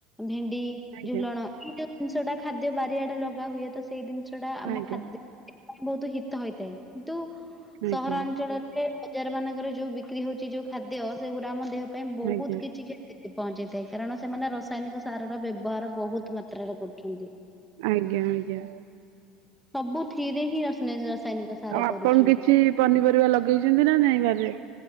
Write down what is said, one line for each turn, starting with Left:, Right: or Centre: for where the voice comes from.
Centre: ଭେଣ୍ଡି
Right: ଆଜ୍ଞା
Centre: ଝୁଲଣ ଏଇ ଜିନିଷଟା ଖାଦ୍ୟ ବାରିଆଡେ ଲଗା ହୁଏ ତ ସେଇ ଜିନିଷ ଟା ଆମ
Right: ଆଜ୍ଞା
Centre: ଖାଦ୍ୟ ପାଇଁ ବହୁତ ହିତ ହେଇଥାଏ। କିନ୍ତୁ ସହରାଞ୍ଚଳରେ
Right: ଆଜ୍ଞା
Centre: ସେ ବଜାର ମାନଙ୍କର ଯୋଉ ବିକ୍ରି ହଉଚି ଯୋଉ ଖାଦ୍ୟ, ସେଗୁଡା ଆମ ଦେହ ପାଇଁ ବହୁତ
Right: ଆଜ୍ଞା
Centre: କିଛି କ୍ଷ କ୍ଷତି ପହଞ୍ଚେଇଥାଏ। କାରଣ ସେମାନେ ରସାୟନିକ ସାରର ବ୍ୟବହାର ବହୁତ ମାତ୍ରାରେ କରୁଛନ୍ତି।
Right: ଆଜ୍ଞା ଆଜ୍ଞା।
Centre: ସବୁଥିରେ ହିଁ <unintelligible>
Right: ଆଉ ଆପଣ
Centre: କରୁଛନ୍ତି।
Right: କିଛି ପନିପରିବା ଲଗେଇଛନ୍ତି ନା ନାଇଁ ବାରିରେ?